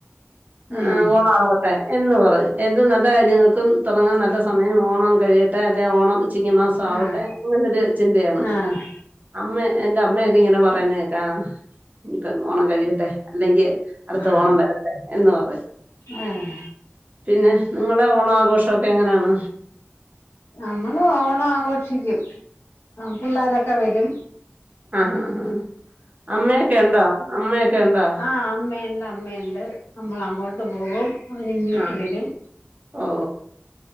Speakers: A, on the right; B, on the left.
A: ആ
B: ഉം
A: ഓണം ആവട്ടെ എന്ന് പറയും ഏത് നല്ല കാര്യങ്ങൾക്കും തുടങ്ങാൻ നല്ല സമയം ഓണം കഴിയട്ടെ അല്ലെ ഓണം ചിങ്ങമാസം ആവട്ടെ
B: ആഹ്
A: അങ്ങനൊരു ചിന്തയാണ്
B: ആഹ്
A: അമ്മ എന്റെ അമ്മെ ഇങ്ങനെ പറയാനേക്കാ ആ ഇനിയിപ്പ ഓണം കഴിയട്ടെ അല്ലെങ്കെ അടുത്ത
B: ആഹ്
A: ഓണം വരട്ടെ എന്ന് പറയു
B: ആഹ്
A: പിന്നെ നിങ്ങടെ ഓണാഘോഷൊക്കെ എങ്ങനാണ്
B: നമ്മള് ഓണാഘോഷിക്കും പിള്ളാരൊക്കെ വരും
A: ആ ഹ് ഹ് അമ്മയൊക്കെ ഉണ്ടോ അമ്മയൊക്കെ ഉണ്ടാ
B: ആ അമ്മയ്ണ്ട് അമ്മയ്ണ്ട് ണ്ട് നമ്മളങ്ങോട്ട് പോകും അവരിങ്ങോട്ട്
A: ആ.
B: വരും
A: ഓ.